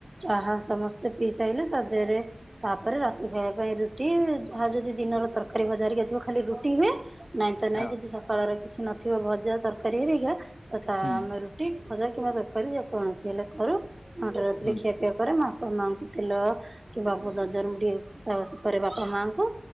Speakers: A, on the right; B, on the left.
A: ଚାହା ସମସ୍ତେ ପି ସାଇଲେ ତା ଦେହରେ। ତାପରେ ରାତି ଖାଇବା ପାଇଁ ରୁଟି ଯାହା ଯଦି ଦିନର ତରକାରୀ, ଭଜା ହେରିକା ଥିବ ଖାଲି ରୁଟି ହୁଏ। ନାଇଁ ତ ନାଇଁ
B: ହଁ
A: ଯଦି ସକାଳର କିଛି ନଥିବ ଭଜା ତରକାରୀ ହେରିକା ତ ତା
B: ହୁଁ
A: ଆମେ ରୁ ଟି ଭଜା କିମ୍ବା ତରକାରୀ ଯେକୌଣସି ହେଲେ କରୁ ନଅ ଟା ରାତିରେ
B: ହୁଁ
A: ଖିଆପିଆ କରେ ମ ବାପା ମାଆଙ୍କୁ। ତେଲ କିମ୍ୱା ବ ଦଜରମ ଟିକେ ଘଷା ଘଷି କରେ ବାପା ମାଙ୍କୁ